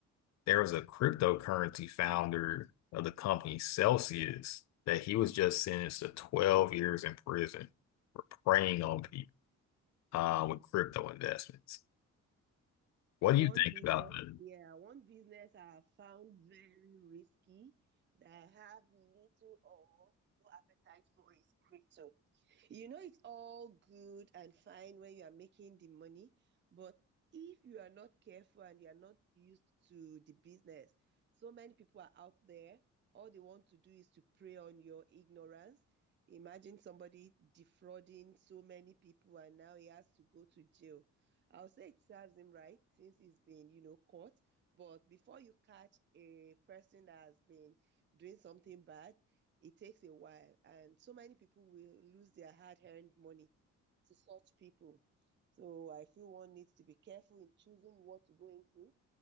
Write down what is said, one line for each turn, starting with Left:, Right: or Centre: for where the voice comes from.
Left: there was a cryptocurrency founder of the company Celsius that he was just sentenced to 12 years in prison for preying on people uh, with crypto investments. What
Right: One
Left: do you think
Right: business,
Left: about that?
Right: yeah, one business I found very risky that I have little or no appetite for is crypto. You know, it's all good and fine when you are making the money, but if you are not careful and you are not used to the business, so many people are out there. All they want to do is to prey on your ignorance. Imagine somebody defrauding so many people and now he has to go to jail. I'll say it serves him right since he's been, you know, caught. But before you catch a person that has been doing something bad, it takes a while. And so many people will lose their hard earned money to such people. So I feel one needs to be careful in choosing what to go into.